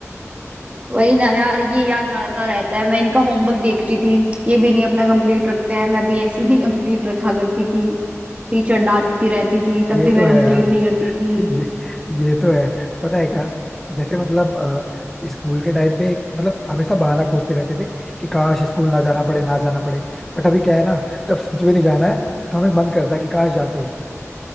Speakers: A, on the right; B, in the centre.
A: वही ना यार ये याद आता रहता है मैं इनका होमवर्क देख रही थी ये भी नहीं अपना कंप्लीट रखते हैं मैं भी ऐसी नहीं कंप्लीट <laughs> रखा करती थी टीचर डांटती रहती थी तब
B: ये
A: भी मैं
B: तो है
A: कंप्लीट
B: यार
A: नहीं करती
B: <laughs>
A: थी
B: ये ये तो है पता है क्या जैसे मतलब अ, स्कूल के टाइम पे मतलब हमेशा बहाना खोजते रहते थे कि काश स्कूल ना जाना पड़े ना जाना पड़े बट अभी क्या है ना जब सच में नहीं जाना है तो हमें मन करता है कि काश जाते